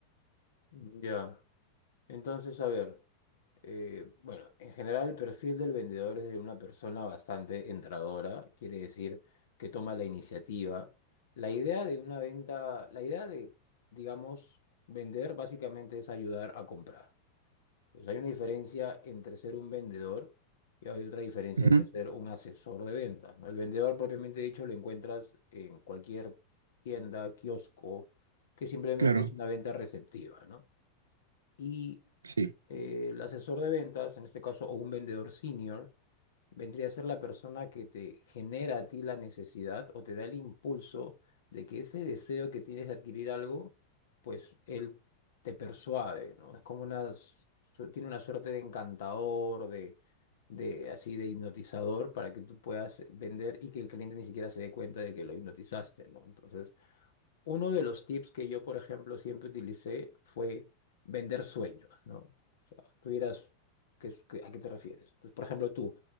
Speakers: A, on the left; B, on the right.
A: ya. Entonces, a ver, eh, bueno, en general el perfil del vendedor es de una persona bastante entradora, quiere decir que toma la iniciativa. La idea de una venta, la idea de, digamos, vender básicamente es ayudar a comprar. Entonces, hay una diferencia entre ser un vendedor y hay otra diferencia
B: Ujú,
A: entre ser un asesor de ventas, ¿no? El vendedor propiamente dicho lo encuentras en cualquier tienda, kiosco, que simplemente
B: Claro.
A: es una venta receptiva, ¿no? Y
B: Sí.
A: eh, el asesor de ventas, en este caso, o un vendedor senior, vendría a ser la persona que te genera a ti la necesidad o te da el impulso de que ese deseo que tienes de adquirir algo, pues él te persuade, ¿no? Es como una, s- su- tiene una suerte de encantador, de, de así de hipnotizador para que tú puedas vender y que el cliente ni siquiera se dé cuenta de que lo hipnotizaste, ¿no? Entonces... Uno de los tips que yo, por ejemplo, siempre utilicé fue vender sueños, ¿no? O sea, tú dirás, ¿qué es- qué- ¿a qué te refieres? Entonces, por ejemplo, tú,